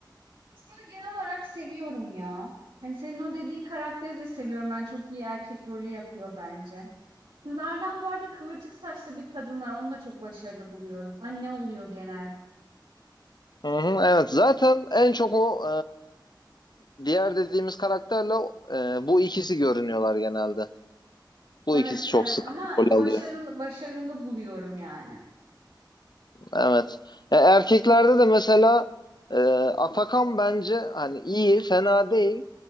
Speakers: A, on the right; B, on the left.
A: Seni genel olarak seviyorum ya. Hani senin o dediğin karakteri de seviyorum. Ben çok iyi erkek rolü yapıyor bence. Kızlardan bu arada kıvırcık saçlı bir kadın var. Onu da çok başarılı buluyorum. Anne oluyor genelde.
B: Hı hı, evet zaten en çok o e, diğer dediğimiz karakterle e, bu ikisi görünüyorlar genelde. Bu
A: Evet,
B: ikisi çok
A: evet
B: sık
A: ama
B: rol
A: başarılı
B: alıyor.
A: başarılı buluyorum yani.
B: Evet. E, erkeklerde de mesela e, Atakan bence hani iyi, fena değil.